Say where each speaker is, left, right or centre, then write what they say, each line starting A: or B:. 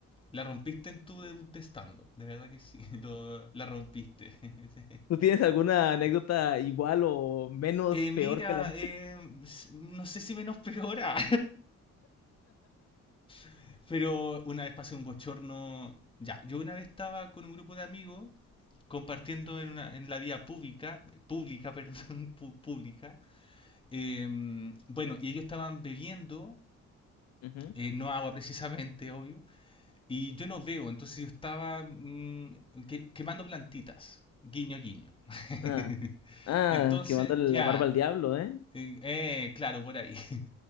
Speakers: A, on the left; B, on the left.
A: la rompiste en tu debut de stand-up. De verdad que sí, <laughs> lo- la rompiste. <laughs>
B: ¿Tú tienes alguna anécdota igual o menos
A: Eh,
B: peor
A: mira,
B: que la mía?
A: eh, s- no sé si menos peora, <laughs> pero una vez pasé un bochorno. Ya, yo una vez estaba con un grupo de amigos compartiendo en, una, en la vía pública, pública, <laughs> perdón, pu- pública, Eh, bueno, y ellos estaban bebiendo,
B: Ujú.
A: eh, no agua <laughs> precisamente, obvio, y yo no veo, entonces yo estaba mm, que- quemando plantitas, guiño, guiño. <laughs>
B: Ah, ah,
A: Entonces,
B: que mandarle
A: ya,
B: la barba al diablo, ¿eh?
A: eh, eh, claro, por ahí. <laughs>